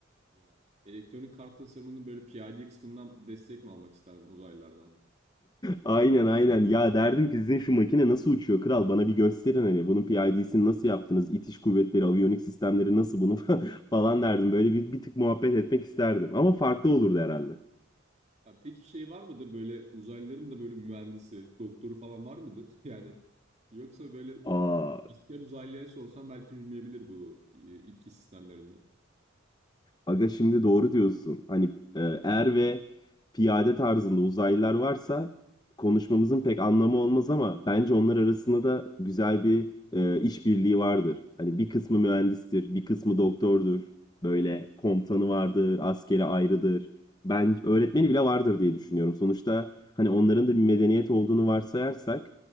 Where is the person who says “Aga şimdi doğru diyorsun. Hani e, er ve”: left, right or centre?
Left